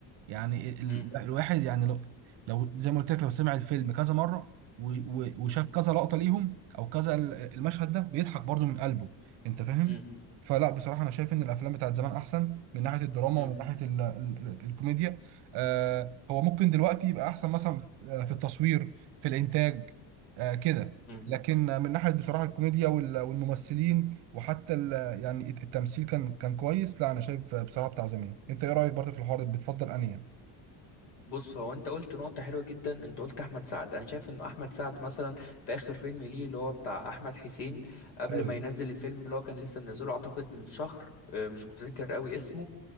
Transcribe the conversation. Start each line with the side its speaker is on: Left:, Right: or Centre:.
Right: يعني ال...
Left: امم
Right: لا الواحد يعني لو... لو زي ما قلت لك لو سمع الفيلم كذا مرة و... و... وشاف
Left: امم
Right: كذا لقطة ليهم او كذا ال- المشهد ده بيضحك برضو من قلبه انت فاهم
Left: امم
Right: فلا بصراحة انا شايف ان الافلام بتاعت زمان احسن من ناحية الدراما
Left: امم
Right: ومن ناحية ال... ال... الكوميديا آه هو ممكن دلوقتي يبقى احسن مثلا آه، في التصوير في الانتاج آه كده
Left: امم
Right: لكن من ناحية بصراحة الكوميديا وال- والممثلين وحتى ال يعني التمثيل كان كان كويس لا انا شايف بصراحه بتاع زمان انت ايه رايك برضه في الحوار ده؟ بتفضل انهي يعني
Left: بص هو انت قلت نقطة حلوة جدا انت قلت احمد سعد انا شايف ان احمد سعد مثلا في اخر فيلم ليه اللي هو بتاع احمد حسين قبل
Right: ايوه
Left: ما ينزل الفيلم اللي هو كان لسه منزله اعتقد من شهر اه، مش متذكر قوي اسمه